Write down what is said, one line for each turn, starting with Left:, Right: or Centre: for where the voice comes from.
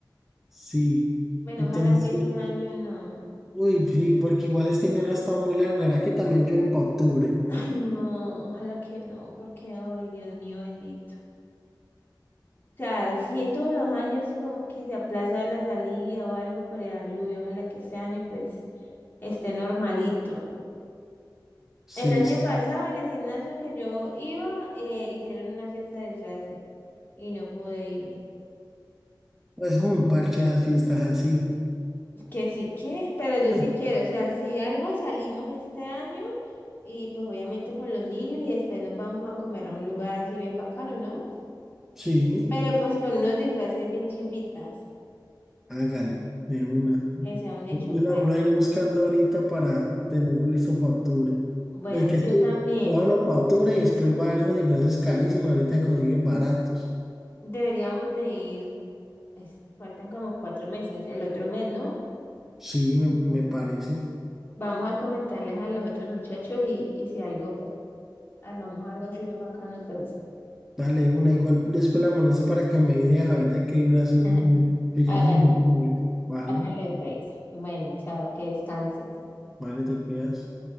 Centre: Sí.
Left: Bueno,
Centre: Entonces,
Left: ojalá que este año no.
Centre: uy, sí, porque igual este invierno ha estado muy largo, ¿será que también llueve para octubre?
Left: Ay, no, ojalá que no, porque, ay, Dios mío, bendito. O sea, sí, todos los años como que se aplaza la salida o algo por la lluvia. Ojalá que este año, pues, esté normalito.
Centre: Sí,
Left: El año
Centre: sí.
Left: pasado en el gimnasio que yo iba, eh, hicieron una fiesta de disfraces y no pude ir.
Centre: Pues un parche esas fiestas así.
Left: Que sí que, pero yo
Centre: <clears throat>
Left: sí quiero, o sea, si algo salimos este año y pues obviamente con los niños y después nos vamos a comer a un lugar así bien bacano, ¿no?
Centre: <laughs> Sí.
Left: Pero pues con unos disfraces bien chimbitas,
Centre: Hágale, de una.
Left: que sea un hecho
Centre: Yo quiero
Left: pues.
Centre: hablar ir buscando ahorita para tenerlo listo para octubre.
Left: Bueno,
Centre: Es que
Left: yo
Centre: esto,
Left: también
Centre: déjalo para octubre y después va a haber esos disfraces carísimos. Ahorita se consiguen baratos.
Left: deberíamos de ir, es- faltan como cuatro meses, el otro mes, ¿no?
Centre: Sí, me, me parece.
Left: Vamos a comentarles a los otros muchachos y, y si algo, pues armamos algo así bien bacano, entonces.
Centre: Dale, de una. Igual después la molesto para que me idea a ver de qué disfraz es el
Left: <laughs>
Centre: niño. Que ya
Left: Hágale,
Centre: no es mi Vale,
Left: hágale pues. Bueno, chao, que descanses.
Centre: vale, te quedas.